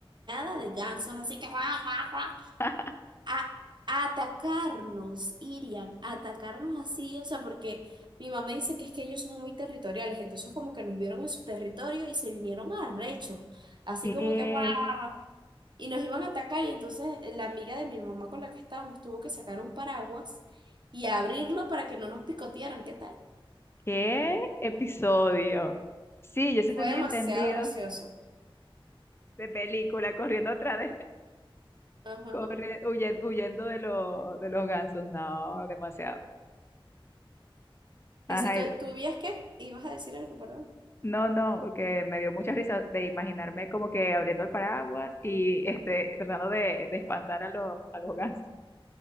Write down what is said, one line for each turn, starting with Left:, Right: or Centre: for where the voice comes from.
Right: manada de gansos, así que... guau, guau, guau.
Left: <laughs>
Right: a a atacarnos, irían a atacarnos así, o sea, porque mi mamá dice que es que ellos son muy territoriales, entonces como que nos vieron en su territorio y se vinieron arrechos, así
Left: ¿Qué?
Right: como que "Guau, guau, guau", y nos iban a atacar y entonces eh, la amiga de mi mamá con la que estábamos tuvo que sacar un paraguas y abrirlo para que no nos picotearan, ¿qué tal?
Left: ¿Qué episodio? Sí, yo sí
Right: Fue
Left: tenía
Right: demasiado
Left: entendido
Right: gracioso.
Left: de película corriendo atrás
Right: Ajá.
Left: Corre, huyen- huyendo de, los de los gansos, no, demasiado. Ajá,
Right: Que si tú,
Left: y-
Right: tú vías qué, ibas a decir algo, perdón.
Left: no, no, que me dio mucha risa de imaginarme como que abriendo el paraguas y este, tratando de, de espantar a los, a los gansos.